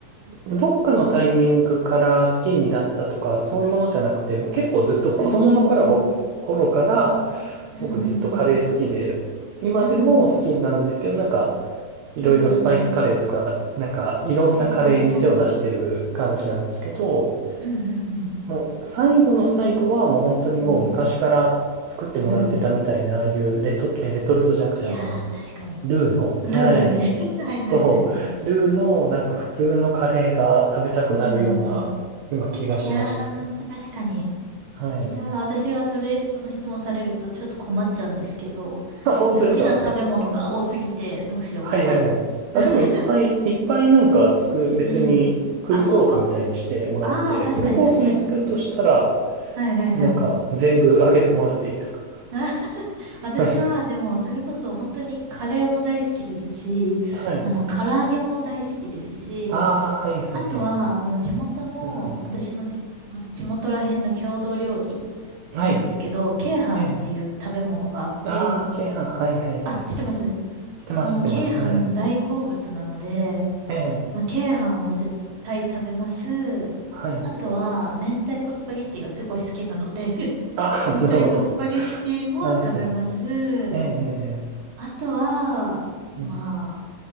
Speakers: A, on the right; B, on the right.
A: どっかのタイミングから好きになったとか、そういうものじゃなくて、もう結構ずっと子供の頃は、
B: うんうんうん。
A: 頃から、
B: うんうんうん。
A: 僕ずっとカレー好きで、今でも好きなんですけど、
B: うん
A: なんか、いろいろスパイスカレーとか、
B: うんうんうん。
A: なんか、いろんなカレーに手を出してる感じなんですけど、
B: はいはいはい。うんうん
A: もう最後の最後はもう本当にもう昔から作ってもらってたみたいな、
B: うん。うん。うん。
A: ああいうレト、えレトルトじゃなくてあの、
B: いやー、確かに。
A: ルーの、
B: ルーでね。
A: はい。
B: <laughs> はいはいはいはい。
A: そう、ルーのなんか普通のカレーが食べたくなるような今気がしましたね。
B: うんうんうん。いやー、確かに。
A: はい。
B: いやー、私がそれ、その質問されるとちょっと困っちゃうんですけど、
A: あ、本当ですかは
B: なんか好きな食べ物が多すぎてどうしようかな。
A: いはいはい。あ、
B: <laughs>
A: でもいっぱいいっぱいなんかつく、別にフルコースみたいにしてもらって、
B: うん。<laughs> あ、そうか。ああ、確かに確かに。
A: フルコースにするとしたら、
B: はいはいはい。
A: なんか全部あげてもらっていいですか
B: <laughs>
A: <laughs>
B: 私は、
A: はい。
B: でも、それこそ本当にカレーも大好きですし、
A: はい。
B: あの、唐揚げも大好きですし、
A: ああ、はいはいはい。
B: あとは、あの、地元の、
A: うんうん。
B: 私のじ、地元ら辺の郷土料理
A: はい。
B: なんですけど、鶏飯っていう食べ物があって、
A: ええ。ああ、鶏飯。はいはいはい。
B: あ、知ってます
A: してます、
B: もう、
A: してます。
B: 鶏飯大好物なので、
A: はい。ええ。
B: まあ鶏飯は絶対食べます。
A: はい。
B: あとは、明太子スパゲッティがすごい好きなので <laughs>
A: ああ、
B: 明太子スパゲッティも食べます。
A: <laughs> なるほど。<laughs> はいはい。ええ、ええ、
B: あとは、
A: うん。
B: まあ、